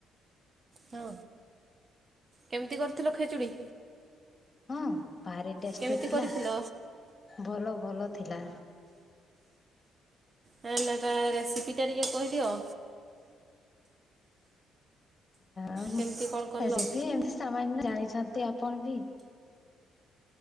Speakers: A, on the right; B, on the left.
A: ହଁ କେମିତି କରିଥିଲ ଖେଚୁଡ଼ି?
B: ହଁ ଭାରି ଟେଷ୍ଟି
A: କେମିତି
B: ଥିଲା
A: କରିଥିଲ?
B: ଭଲ ଭଲ ଥିଲା।
A: ହେ ନଟ ରେସିପିଟା ଟିକେ କହିଦିଅ?
B: ଆ ରେସିପି
A: କେମିତି କଣ କଲ?
B: ଏମତି ସାମାନ୍ୟ ଜାଣିଛନ୍ତି ଆପଣ ବି?